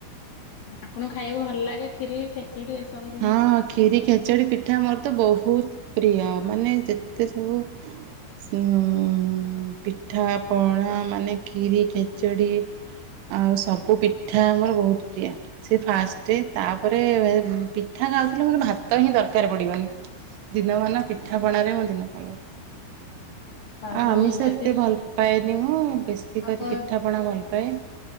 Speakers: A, on the left; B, on the right.
A: ଆପଣଙ୍କୁ ଖାଇବାକୁ ଭଲ ଲାଗେ କ୍ଷୀରି ଖେଚୁଡି ଚିଡିବେ ସମସ୍ତେ।
B: ହଁ କ୍ଷୀରି ଖେଚେଡ଼ି ପିଠା ମୋର ତ ବୋହୁତ୍ ପ୍ରିୟ ମାନେ ଯେତେ ସବୁ ସବୁ ପିଠା ପଣା ମାନେ କ୍ଷୀରି ଖେଚେଡ଼ି ଆଉ ସବୁ ପିଠା ଆମର ବୋହୁତ୍ ପ୍ରିୟ ସେ ଫାଷ୍ଟେ ତାପରେ ପିଠା ଖାଉଥିଲେ ମୋର ଭାତ ହିଁ ଦରକାର ପଡ଼ିବନି ଦିନମାନ ପିଠା ପଣାରେ ମୋ ଦିନ ପଳେଇବ।
A: ତାହେଲେ
B: ଆଉ ଆମିଷ
A: ନିହାତି
B: ଏତେ ଭଲ୍ ପାଏନି ମୁଁ ବେଶୀ
A: ଆପଣ
B: କରି ପିଠା ପଣା ଭଲ୍ ପାଏ